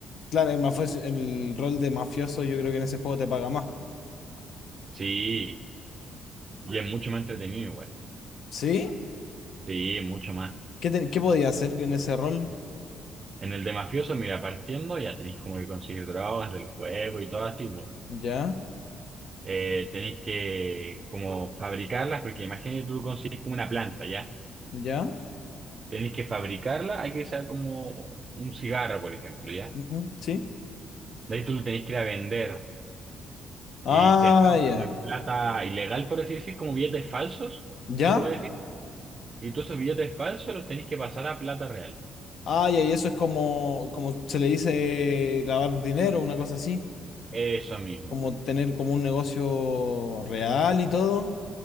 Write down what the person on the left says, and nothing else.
Claro, el mafioso, el rol de mafioso yo creo que en ese juego te paga más.
¿Sí?
¿Qué, te- qué podía hacer en ese rol?
¿Ya?
¿Ya?
Ujú, ¿Sí?
Ah,
ya.
¿Ya?
Ah, ya, y eso es como, como se le dice lavar dinero, una cosa así.
como tener como un negocio real y todo,